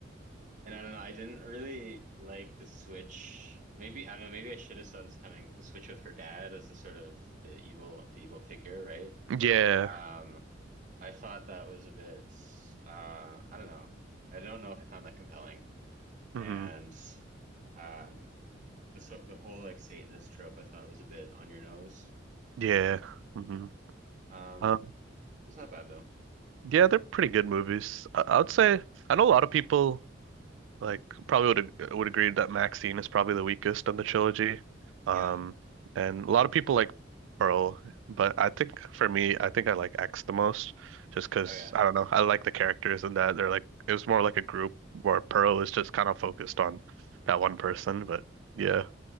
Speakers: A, on the right; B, on the right.
A: And I don't know. I didn't really like the switch. Maybe I don't know. Maybe I should have saw this coming, but the switch with her dad as the sort of the evil the evil figure, right?
B: Yeah.
A: Um, I thought that was a bit, uh, I don't know. I don't know if I found that compelling.
B: hmm
A: And um, the so the whole like Satanist trope I thought was a bit on your nose.
B: Yeah. hmm
A: Um,
B: Um,
A: it's not bad though.
B: yeah, they're pretty good movies. I, I would say I know a lot of people Like probably would ag- would agree that Maxine is probably the weakest on the trilogy. Um,
A: Yeah.
B: and a lot of people like Pearl, but I think for me, I think I like X the most just because
A: Oh yeah.
B: I don't know. I like the characters and that they're like it was more like a group where Pearl is just kind of focused on that one person, but yeah.